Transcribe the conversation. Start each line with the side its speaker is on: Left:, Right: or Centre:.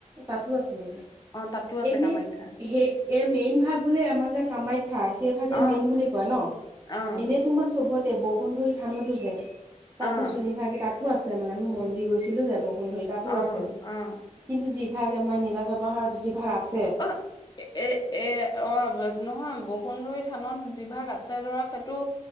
Right: তাতো আছে নেকি?
Left: অ', তাতো আছে
Right: এনে
Left: কামাখ্যা
Right: হে, এ মেইন ভাগ বোলে আমাৰ যে কামাই খা সেইভাগে
Left: অ',
Right: মেইন বুলি কয় ন?
Left: অ',
Right: এনে তোমাৰ চবতে বসুন্ধই থানতো যে তাতো
Left: অ',
Right: যোনি ভাগ, তাতো আছে মানে আমি মন্দিৰ গৈছিলোঁ যে বসুন্ধই, তাতো
Left: অ',
Right: আছে।
Left: অ'।
Right: কিন্তু যিভাগ আমাৰ নীলাচৰ পাহাৰত, যিভাগ আছ
Left: অ' এ-এ-এ অ' ব নহয় বসুন্ধই থানত যিভাগ আছে ধৰা সেইটো,